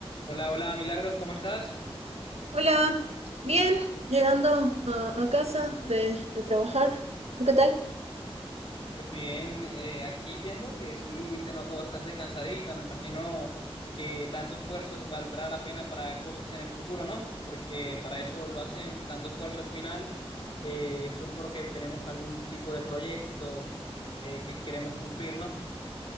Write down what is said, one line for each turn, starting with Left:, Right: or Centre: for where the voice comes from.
Left: Hola, hola, Milagros, ¿cómo estás?
Right: Hola, bien, llegando a, a casa de, de trabajar. ¿Tú qué tal?
Left: Pues bien, eh, aquí viendo que sí te noto bastante cansadita, me imagino que tanto esfuerzo valdrá la pena para cosas en el futuro, ¿no? Porque para eso lo hacemos, tanto esfuerzo al final eh, son porque tenemos algún tipo de proyecto eh, que queremos cumplir, ¿no?